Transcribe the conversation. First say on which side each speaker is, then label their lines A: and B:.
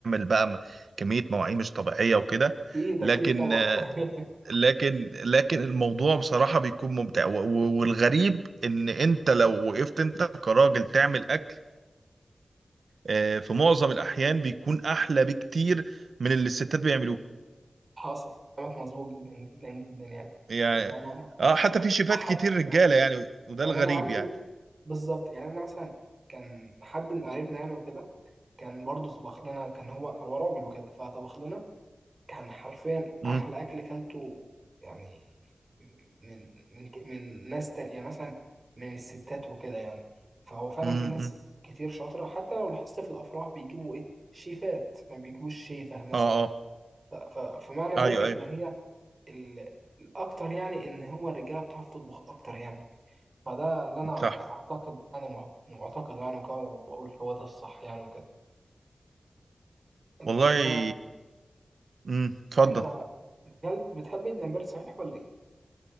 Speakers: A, on the right; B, on the right.
A: بقى م- كميه مواعين مش طبيعيه وكده
B: اكيد
A: لكن
B: اكيد طبعا
A: آه،
B: <laughs>
A: لكن لكن الموضوع بصراحه بيكون ممتع و- و- والغريب ان انت لو وقفت انت كراجل تعمل اكل آه، في معظم الأحيان بيكون أحلى بكتير من اللي الستات بيعملوه
B: حصل كلامك مظبوط جدا جدا جدا يعني
A: يعني
B: يعني انا
A: اه حتى في شيفات
B: احب
A: كتير رجالة
B: يعني
A: يعني وده
B: يعني
A: الغريب
B: انا عمي
A: يعني
B: بالظبط يعني انا مثلا كان حد من قرايبنا يعني وكده كان برضه طبخ لنا كان هو هو راجل وكده فطبخ لنا كان حرفيا
A: امم
B: احلى اكل كلته يعني من من ك- من ناس تانية يعني مثلا من الستات وكده يعني فهو فعلا
A: امم
B: في ناس كتير شاطرة حتى لو لاحظت في الافراح بيجيبوا ايه شيفات ما بيجيبوش شيفة مثلا
A: اه اه
B: ف- ف- فمعنى ذلك
A: ايوه ايوه
B: ان هي ال- الاكتر يعني ان هو الرجالة بتعرف تطبخ اكتر يعني فده اللي انا
A: صح
B: اعتقد يعني مع- معتقد يعني وكده وبقول هو ده الصح يعني وكده انت
A: والله امم اتفضل
B: انت جلد بتحب الجمبري صحيح ولا ايه؟